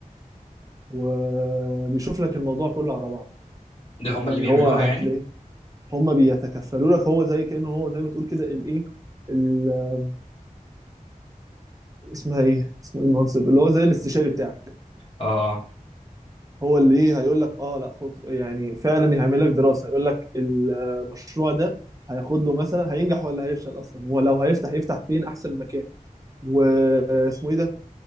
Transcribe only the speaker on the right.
وبيشوف لك الموضوع كله على بعض
يعني
هو هتلاقيه
هم بيتكفلوا لك هو زي كأنه هو زي ما تقول كده الايه ال- اسمها ايه اسمه ايه المنصب اللي هو زي الاستشاري بتاعك
هو اللي ايه هيقول لك اه لا خد يعني فعلا هيعمل لك دراسة هيقول لك المشروع ده هياخد له مثلا هينجح ولا هيفشل اصلا ولو هيفتح يفتح فين احسن مكان واسمه ايه ده